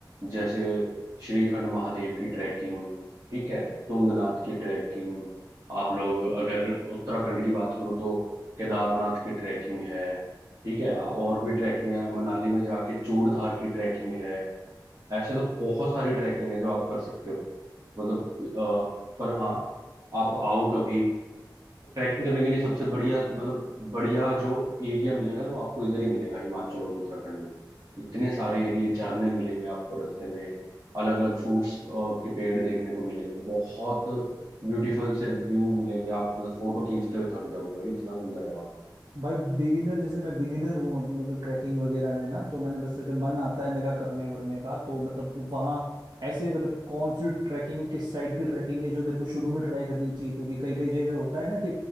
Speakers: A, on the right (about 40°); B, on the right (about 60°).
A: जैसे श्रीखंड महादेव की ट्रैकिंग ठीक है तुंगनाथ की ट्रैकिंग आप लोग अगर उत्तराखंड की बात करूँ तो केदारनाथ की ट्रैकिंग है ठीक है और भी ट्रैकिंग है मनाली में जाके चूड़धार की ट्रैकिंग है ऐसे तो बहुत सारी ट्रैकिंग है जो आप कर सकते हो मतलब अ, पर हाँ आप आओ कभी ट्रैकिंग करने के लिए सबसे बढ़िया मतलब बढ़िया जो एरिया मिलेगा ना वो आपको इधर ही मिलेगा हिमाचल और उत्तराखंड में इतने सारे एरिया झरने मिलेंगे आपको रास्ते में अलग अलग फ्रूट्स के पेड़ देखने को मिलेंगे बहुत ब्यूटीफुल से व्यू मिलेंगे आप मतलब फोटो खींचते हुए थक जाओगे भाई इतना सुंदर है वहाँ पे
B: भाई बिगिनर जैसे मैं बिगिनर हूँ अभी मतलब ट्रैकिंग वगैरह में ना तो मैंने बस जब मन आता है मेरा करने वरने का तो मतलब वहाँ ऐसे मतलब कौन सी ट्रैकिंग है किस साइड की ट्रैकिंग है जो मेरे को शुरू में ट्राई करनी चाहिए क्योंकि कई कई जगह होता है ना कि